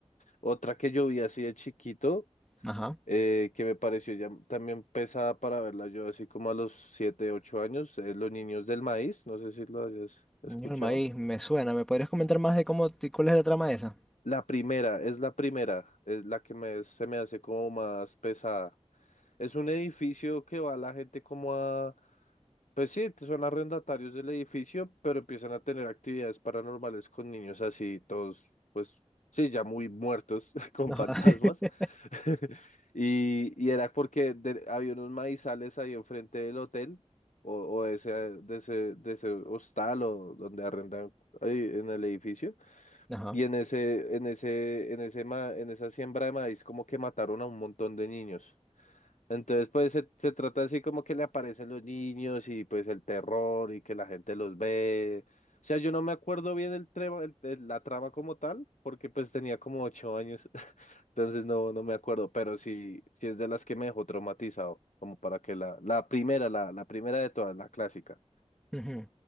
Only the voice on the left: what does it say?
Otra que yo vi así de chiquito,
eh, que me pareció ya también pesada para verla yo, así como a los 7, 8 años, es Los Niños del Maíz, no sé si lo hayas escuchado.
La primera, es la primera, es la que me, se me hace como más pesada. Es un edificio que va la gente como a... Pues sí, son arrendatarios del edificio, pero empiezan a tener actividades paranormales con niños así, todos, pues sí, ya muy muertos, <laughs> con
fantasmas.
<laughs> Y, y era porque de- había unos maizales ahí enfrente del hotel, o, o de ese, de ese, de ese hostal o donde arrendan ahí en el edificio.
Y en ese, en ese, en ese, ma- en esa siembra de maíz como que mataron a un montón de niños. Entonces, pues se, se trata así como que le aparecen los niños y pues el terror y que la gente los ve. O sea, yo no me acuerdo bien el trema- el- el- la trama como tal, porque pues tenía como ocho años, <laughs> entonces no, no me acuerdo, pero sí, sí es de las que me dejó traumatizado, como para que la, la primera, la, la primera de todas, la clásica.